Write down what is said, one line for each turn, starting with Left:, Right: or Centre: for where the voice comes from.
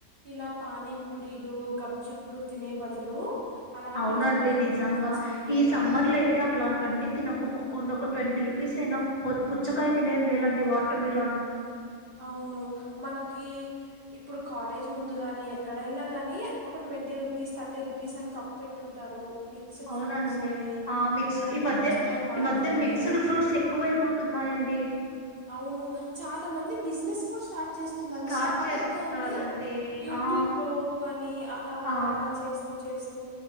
Right: ఇలా పానీ పూరీలు గప్చిప్పులు తినే బదులు అలాంటివి
Left: అవునండి
Right: తింటే ఎంతో
Left: నిజంగా
Right: మంచిది
Left: ఈ సమ్మర్ లో అయితే అట్లాంటివన్నీ తినకోకకు ఉన్నోక్కా ట్వంటీ రూపీస్ అయినా కొత్ పుచ్చకాయ తినేది మేలండి వాటర్ మిలన్
Right: అవును మనకి ఇప్పుడు కాలేజ్ ముందు గాని, ఎక్కడైనా కానీ, ఒక ట్వంటీ రూపీస్, థర్టీ రుపీస్, అని కప్ పెట్టుంటారు. మిక్స్డ్
Left: అవునండి
Right: ఫ్రూట్స్ అని
Left: ఆ మిక్స్
Right: లేదంటే
Left: ఈ మధ్య
Right: పుచ్చకాయ మాత్రమే
Left: ఈ మధ్య మిక్స్డ్ ఫ్రూట్స్ ఎక్కువైపోతున్నాయండి
Right: అవును చాలా మంది బిజినెస్ కూడా స్టార్ట్ చేస్తున్నారండి.
Left: స్టార్ట్
Right: స్టార్ట్ప్
Left: చేస్తున్నారండి
Right: గాని, యూట్యూబ్
Left: ఆ
Right: లో గాని, అలా
Left: ఆ
Right: అలా అలా చేస్తూ చేస్తూ